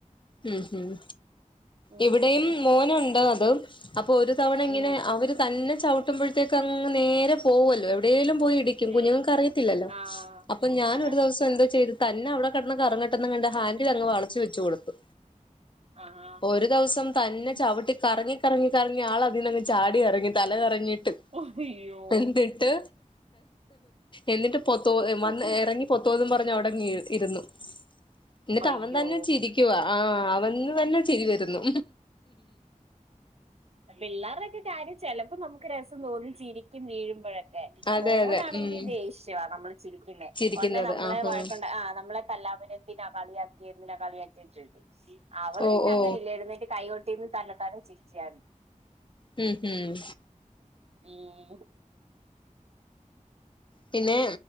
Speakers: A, on the left; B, on the right.
A: ഉം ഹും
B: ഉം
A: ഇവിടെയും മോനുണ്ട് അത് അപ്പൊ ഒരു- ചവണ ഇങ്ങനെ
B: ഉം
A: അവര് തന്നെ ചവിട്ടുമ്പോഴത്തേക്ക് അങ്ങ് നേരെ പോകുവല്ലോ എവിടേലും പോയി ഇട് തീക്കും കുഞ്ഞുങ്ങൾക്ക്
B: ഉം
A: അറിയത്തില്ലല്ലോ
B: ആ
A: അപ്പൊ ഞാൻ
B: അതാ
A: ഒരു ദിവസം എന്തോ ചെയ്ത് തന്നെ അവിടെ കെടന്ന് കറങ്ങട്ട് എന്ന് കണ്ട് ഹാൻഡിൽ അങ് വളച്ച് വെച്ച് കൊടുത്തു
B: ആഹ് ആഹ്
A: ഒരു ദവസം തന്നെ ചവിട്ടി കറങ്ങി കറങ്ങി കറങ്ങിയ ആൾ അതീന്നങ്ങ് ചാടി എറങ്ങി തല കറങ്ങീട്ട്
B: അയ്യോ
A: എന്നിട്ട് എന്നിട്ട് പൊത്തോ വന്ന് ഇറങ്ങി പൊത്തോന്നും പറഞ്ഞ് അവിടങ് ഇരുന്നു എന്നിട്ട്
B: അയ്യോ
A: അവൻ തന്നെ ചിരിക്കുവാ അവൻ ഇന്ന് തന്നെ ചിരി വരുന്നു
B: പിള്ളേരുടെൊക്കെ കാര്യം ചിലപ്പോ നമുക്ക് രസം തോന്നി ചിരിക്കും വീഴുമ്പോഴൊക്കെ
A: അതെ
B: മോനാണെങ്കിൽ
A: അതെ ഉം
B: ദേഷ്യവാ നമ്മള് ചിരിക്കുന്നേ
A: ചിരിക്കുന്നത്
B: ഉടനെ നമ്മളെ
A: ആഹ്
B: വഴക്കണ്ട്
A: ആഹ്
B: ആ നമ്മളെ ല്ല എന്തിനാ കളിയാക്കി ന്നെ കളാക്കി ചോയിക്കും അവള്
A: ഓ
B: പിന്ന
A: ഓ
B: അങ്ങനല്ലഏടന്നേറ്റ് കൈോട്ട് ന്ന് തന്നെ താണ് ചീച്ചിയ
A: ഉം ഹം
B: ഉം
A: പിന്നെ